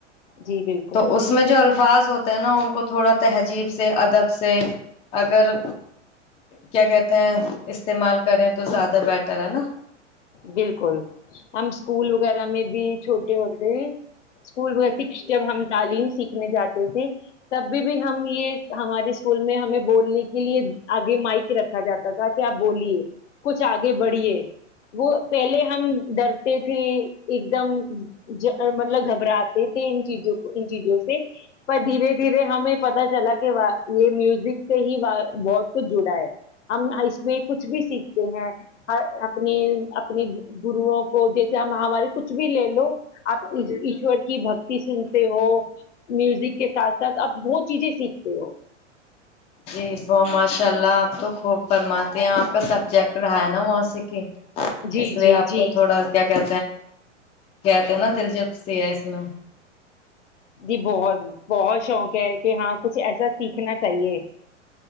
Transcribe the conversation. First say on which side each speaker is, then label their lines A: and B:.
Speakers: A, on the left; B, on the left.
A: جی بالکل
B: تو اس میں جو الفاظ ہوتے ہیں نا ان کو تھوڑا تہذیب سے ادب سے اگر کیا کہتے ہیں استعمال کریں تو زیادہ بیٹر ہے نا
A: بالکل ہم اسکول وغیرہ میں بھی چھوٹے ہوتے ہیں اسکول جب ہم تعلیم سیکھنے جاتے تھے تب بھی بھی ہم یہ ہمارے اسکول میں ہمیں بولنے کے لیے آگے مائک رکھا جاتا تھا کہ آپ بولیے کچھ آگے بڑھیے وہ پہلے ہم ڈرتے تھے ایک دم مطلب گھبراتے تھے ان چیزوں ان چیزوں سے پر دھیرے دھیرے ہمیں پت چلا کہ یہ میوزک سے ہی بہت کچھ جڑا ہے ہم اس میں کچھ بھی سیکھتے ہیں اپنی اپنی گرو کو جیسے ہمارے کچھ بھی لے لو آپ ایشور کی بکتی سنتے ہو میوزک کے ساتھ ساتھ آپ بہت چیزیں سیکھتے ہو
B: جی وہ ماشاء اللہ آپ تو خوب فرماتے ہیں آپ کا سبجیکٹ رہا ہے نا وہاں سے کی
A: جی
B: اس لیے
A: جی
B: آپ
A: جی
B: کو تھوڑا کیا کہ کہتے نا دلچپ س ہے اس میں
A: جی بہت بہت شوق ہے کہ ہاں کچھ ایسا سیکھنا چاہیے